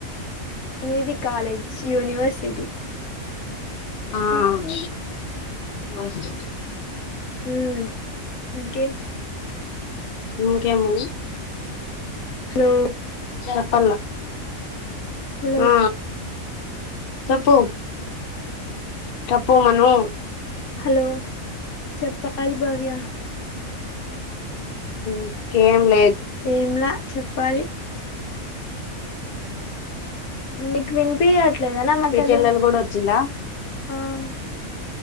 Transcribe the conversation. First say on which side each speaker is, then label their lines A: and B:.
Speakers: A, on the left; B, on the left.
A: మీది కాలేజ్ యూనివర్సిటీ
B: ఆ <inaudible> ది చా <unintelligible>
A: ఉమ్, ఇంకేం
B: ఇంకేము
A: హలో
B: ఆ చెప్పలా
A: హలో
B: ఆ చెప్పు చేప్పుమను
A: హలో చెప్పాలి భవ్య
B: ఇంకేం లేదు
A: ఏంలా చెప్పాలి మీకు వినిపి అట్లా లేద నా మాటాలు
B: మీ చెల్లెలు కూడా వచ్చిందా
A: ఆహ్